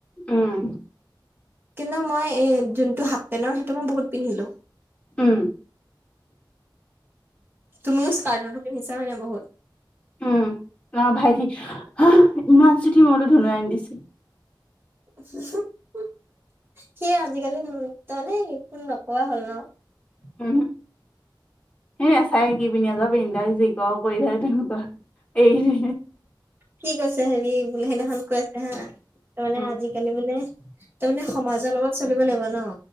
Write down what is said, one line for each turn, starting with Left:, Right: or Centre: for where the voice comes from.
Left: উম,
Right: কিন্তু, মই এ যোনটো হাফ পেণ্টৰ সেইটো মই বহুত পিন্ধিলো।
Left: উম,
Right: তুমিও ইস্কাতৰটো পিন্ধিছা ন বহুত!
Left: উম ন ভাইটি, ইমান চুটি মই বলৈ ধনুৱাই আনি দিছে।
Right: সেই আজিকালি তাৰমানে ফোন নোকোৱা হ'ল ন।
Left: উম! এই <unintelligible> নে চাই কি পিন্ধ আজ পিন্ধাক যি ক কৰি থাকে তেনেকুৱা। এৰি
Right: কি কৈছে হেৰি বোলে সেইদিনাখন কৈ আছে, হা তাৰ মানে
Left: উম উম
Right: আজিকালি বোলে তাৰমানে সমাজৰ লগত চলিব লাগিব ন।